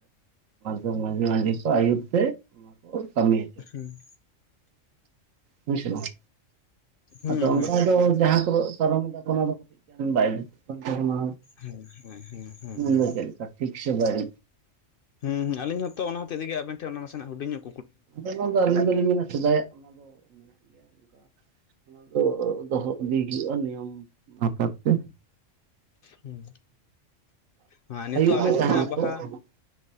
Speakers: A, on the right; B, on the left.
A: ᱫᱚ ᱢᱟᱹᱡᱷᱤ ᱢᱟᱹᱡᱷᱤ ᱠᱚ ᱟᱭᱩᱹᱨ ᱛᱮ ᱚᱱᱟ ᱠᱚ ᱠᱟᱹᱢᱤᱭᱟ
B: ᱦᱩᱸᱻ
A: ᱦᱩᱥᱮ ᱵᱟᱝ
B: ᱦᱩᱸ
A: ᱟᱫᱚ
B: ᱦᱩᱸ
A: ᱚᱱᱠᱟ ᱫᱚ ᱡᱟᱦᱟᱸ ᱠᱚᱫ ᱯᱟᱨᱚᱢ ᱠᱟᱜ ᱚᱱᱟ ᱫᱚ ᱵᱟᱭ <unintelligible> ᱚᱱᱟ
B: ᱦᱮᱸ ᱦᱮᱸ ᱦᱮᱸ ᱦᱮᱸ ᱦᱮᱸ ᱦᱮᱸ
A: ᱫᱚ ᱪᱮᱫ ᱞᱮᱠᱟ ᱴᱷᱤᱠ ᱥᱮ ᱵᱟᱹᱲᱤᱡᱼᱼ
B: ᱦᱩᱸ ᱟᱞᱤᱧ ᱦᱚᱸ ᱛᱚ ᱚᱱᱟ ᱦᱚᱛᱮᱡ ᱛᱮᱜᱮ ᱟᱵᱮᱱ ᱴᱷᱮᱱ ᱱᱟᱥᱮ ᱱᱟᱜ ᱦᱩᱰᱤᱧᱚᱜ
A: ᱟ ᱚᱱᱟ ᱟᱹᱞᱤᱧ ᱫᱚᱞᱤᱧ ᱢᱮᱱᱟ ᱥᱮᱫᱟᱭᱟᱜ ᱚᱱᱟ ᱫᱚ ᱢᱮᱱᱟᱜ ᱜᱮᱭᱟ ᱚᱱᱠᱟᱼᱼ ᱚᱱᱟ ᱫᱚ ᱫᱚᱦᱚ ᱤᱫᱤ ᱦᱩᱭᱩᱜᱼᱟ ᱱᱤᱭᱚᱢ <unintelligible>
B: ᱦᱮᱸ ᱟᱨ ᱱᱤᱛᱚᱜ
A: ᱟᱭᱩᱨ
B: ᱟᱞᱮ
A: ᱨᱮ
B: ᱥᱮᱱᱟᱜ
A: ᱛᱟᱦᱮᱱᱟᱠᱚ
B: ᱵᱟᱦᱟ
A: ᱦᱩᱸ